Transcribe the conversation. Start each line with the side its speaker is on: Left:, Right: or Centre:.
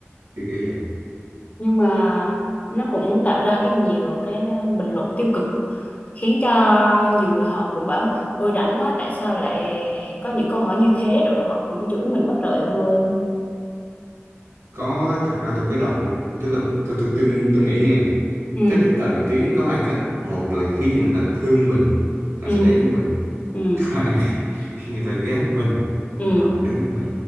Right: kiểu kiểu vậy.
Left: nhưng mà nó cũng tạo ra cái nhiều cái à, bình luận tiêu cực khiến cho nhiều người họ cũng bảo ôi rảnh quá tại sao lại có những câu hỏi như thế rồi họ cũng chửi mình quá trời ông ơi
Right: có thật ra tôi có đọc một- tức là tôi tôi tôi, tôi nghĩ nghe
Left: ừ
Right: cách để tạo nổi tiếng có hai cách một là khiến cho người ta thương mình họ
Left: ừ
Right: sẽ đến với mình <laughs>
Left: ừ
Right: hai là khi khi người ta ghét mình
Left: ừ
Right: họ cũng đến với mình